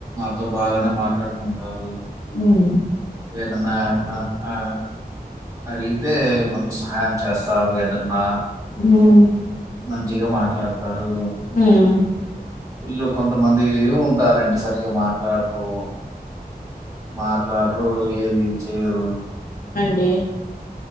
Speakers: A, on the right; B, on the left.
A: త్ బాగానే మాట్లాడుకుంటారు
B: ఉమ్
A: ఏదన్నా ఆ ఆ అడిగితే కొంచెం సహాయం చేస్తారు ఏదన్నా
B: మ్మ్
A: మంచిగా మాట్లాడుతారు
B: ఉం
A: ఇళ్ళో కొంతమంది ఉంటారండి సరిగ్గా మాట్లాడరు మాట్లాడరు ఏది చెయరు
B: ఎ